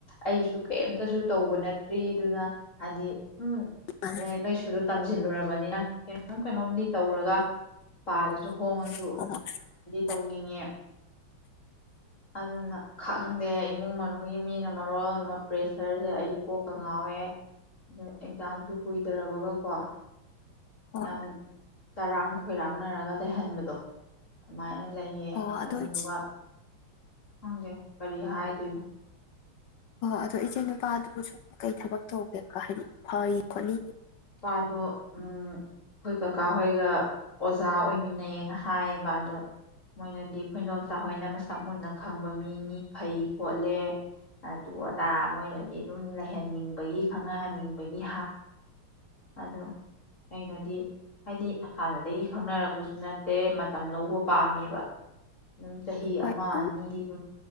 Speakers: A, on the left; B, on the left.
A: ꯑꯩꯁꯨ ꯀꯦꯝꯇꯁꯨ ꯇꯧꯕ ꯅꯠꯇ꯭ꯔꯤ ꯑꯗꯨꯅ ꯍꯥꯏꯗꯤ ꯍꯨꯝ
B: ꯃꯥꯅꯦ
A: ꯂꯥꯏꯔꯤꯛ ꯂꯥꯏꯁꯨꯁꯨ ꯇꯝ ꯆꯦꯜꯂꯨꯔꯕꯅꯤꯅ ꯀꯩꯅꯣꯝ ꯀꯩꯅꯣꯝꯗꯤ ꯇꯧꯔꯒ ꯄꯥꯜꯂꯖꯨ ꯍꯣꯡꯉꯖꯨ
B: <unintelligible>
A: ꯇꯧꯅꯤꯡꯏ ꯑꯗꯨꯅ ꯈꯪꯗꯦ ꯏꯃꯨꯡ ꯃꯅꯨꯡꯒꯤ ꯃꯤꯅꯥ ꯃꯔꯣꯜ ꯑꯃꯥ ꯄ꯭ꯔꯦꯁꯔꯖ‌ꯦ ꯑꯩ ꯀꯣꯛꯀꯥ ꯉꯥꯎꯏ ꯑꯦꯛꯖꯥꯝ ꯁꯨ ꯀꯨꯏꯗꯔ꯭ꯕꯒ ꯀꯣ
B: ꯍꯣꯏ
A: ꯌꯥꯝ ꯆꯔꯪ ꯈꯣꯏꯔꯥꯟ ꯅꯔꯒ ꯂꯩꯍꯟ ꯕꯗꯨ ꯑꯗꯨꯃꯥꯏ ꯂꯩꯑꯦ
B: ꯑꯣ ꯑꯗꯣ
A: ꯑꯗꯨꯒꯥ
B: ꯏꯆꯦ
A: ꯀꯨꯪꯗꯦ ꯀꯔꯤ ꯍꯥꯏꯗꯣꯏꯅꯣ
B: ꯑꯗꯨ ꯏꯆꯦ ꯅꯨꯄꯗꯨ ꯀꯔꯤ ꯊꯕꯛ ꯇꯦꯒꯥꯏ ꯍꯥꯏꯗꯤ ꯒꯩ ꯈꯣꯠꯂꯤ
A: ꯅꯨꯄꯥꯗꯨ ꯑꯩꯈꯣꯌ ꯀꯥꯀꯥ ꯈꯣꯏꯒ ꯑꯣꯖꯥ ꯑꯣꯏꯃꯤꯟ ꯅꯩ ꯑꯥ ꯍꯥꯏ ꯑꯩꯈꯣꯌ ꯑꯦꯗꯣꯝꯆꯥ ꯈꯣꯏꯅꯥ ꯃꯁꯛ ꯃꯨꯟꯅꯥ ꯀꯨꯪꯕꯥ ꯃꯤꯅꯤ ꯒꯦꯏ ꯈꯣꯠꯂꯦ ꯑꯗꯨ ꯑꯗꯥ ꯃꯣꯏꯅꯗꯤ ꯑꯗꯨꯝ ꯂꯩꯖꯅꯥ ꯅꯤꯡ ꯕꯒꯤ ꯀꯅꯥ ꯎꯟ ꯅꯨꯡ ꯕꯥꯒꯤ ꯑꯗꯨ ꯔꯥꯏꯅꯥ ꯍꯥꯏꯗꯨ ꯍꯟꯅꯥ ꯗꯒꯤ ꯀꯅꯒ ꯅꯥꯔꯀ ꯄꯥꯁꯨ ꯅꯠꯇꯦ ꯃꯥꯇꯝ ꯂꯧꯕꯥ ꯄꯝꯃꯤꯕꯥ ꯆꯍꯤ
B: ꯍꯣꯏ
A: ꯑꯃꯥ
B: ꯑꯗꯨꯝ
A: ꯑꯅꯤꯗꯤ ꯑꯗꯨꯝ